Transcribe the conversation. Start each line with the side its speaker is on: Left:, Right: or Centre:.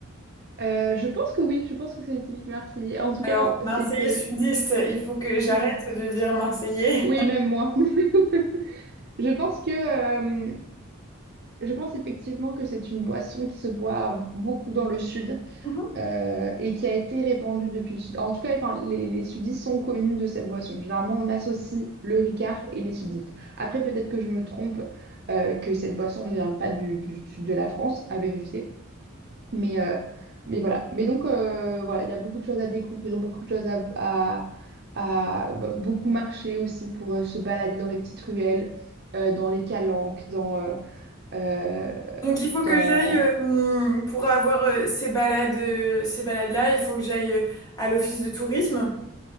Right: Euh, je pense que oui, je pense que c'est typique marseillais. En tout
Left: Alors,
Right: cas,
Left: marseillais
Right: c'est euh,
Left: sudiste, il faut que
Right: sudiste.
Left: j'arrête de dire marseillais.
Right: Oui, même moi. <laughs> Je pense que, euh, je pense effectivement que c'est une boisson qui se boit beaucoup dans le sud
Left: <laughs>
Right: euh, et qui a été répandue depuis le sud. En tout cas, enfin, les, les sudistes sont connus de cette boisson. Généralement, on associe le Ricard et les sudistes. Après, peut-être que je me trompe, euh, que cette boisson ne vient pas du, du sud de la France, à vérifier. Mais, euh, mais voilà. Mais donc, euh, voilà, il y a beaucoup de choses à découvrir, beaucoup de choses à, à, à- bah, beaucoup marcher aussi pour euh, se balader dans les petites ruelles, euh, dans les calanques, dans, euh, euh,
Left: Donc, il faut
Right: dans...
Left: que j'aille, euh, hum, pour avoir euh, ces balades, euh, ces balades-là, il faut que j'aille euh, à l'office de tourisme